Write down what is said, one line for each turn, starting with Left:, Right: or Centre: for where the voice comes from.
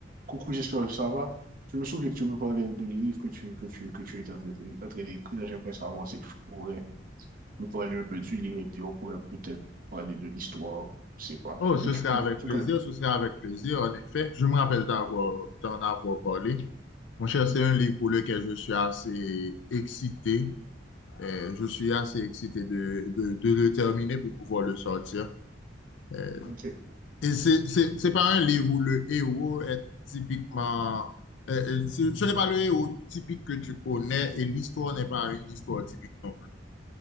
Right: Coucou, j'espère que ça va. Je me souviens que tu me parlais d'un livre que tu, que tu, que tu étais en train de- en train d'écrire. J'aimerais savoir si tu pourrais me parler un peu du livre et puis on pourrait peut-être parler de l'histoire. Je sais pas.
Left: Oh,
Right: Ce que
Left: ce
Right: tu
Left: serait
Right: peux.
Left: avec
Right: Ce
Left: plaisir,
Right: que...
Left: ce serait avec plaisir, en effet. Je me rappelle d'avoir, d'en avoir parlé. Mon cher, c'est un livre pour lequel je suis assez excité. Euh, je suis assez excité de, de, de le terminer pour pouvoir le sortir. Euh,
Right: Ok.
Left: et c'est, c'est, c'est pas un livre où le héros est typiquement... euh, euh, ce ce n'est pas le héros typique que tu connais et l'histoire n'est pas une histoire typique non plus.